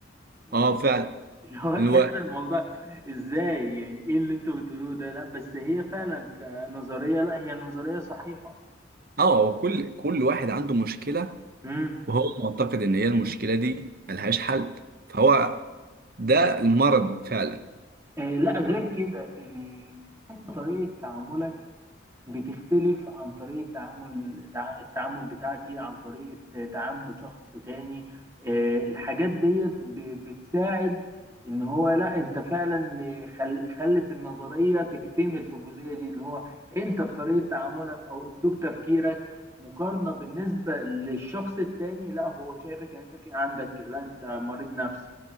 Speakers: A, on the right; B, on the right.
A: يعني
B: اه فعلا
A: اللي هو تحس
B: الوقت
A: الموضوع ازاي يعني ايه اللي انتوا بتقولوه ده لا بس هي فعلا كنظرية لا هي نظرية صحيحة
B: اه هو كل كل واحد عنده مشكله
A: امم
B: وهو معتقد ان هي المشكله دي ملهاش حل فهو ده المرض فعلا
A: آه لا غير كده آه انت طريقة تعاملك بتختلف عن طريقة تعامل تع- التعامل بتاعتي عن طريقة تعامل شخص تاني آه، الحاجات ديت ب- بتساعد ان هو لا انت فعلا خل خلت النظرية تكتمل في الجزئية دي اللي هو انت في طريقة تعاملك او اسلوب تفكيرك مقارنة بالنسبة للشخص التاني لا هو شايفك ان انت في عندك لا انت مريض نفسي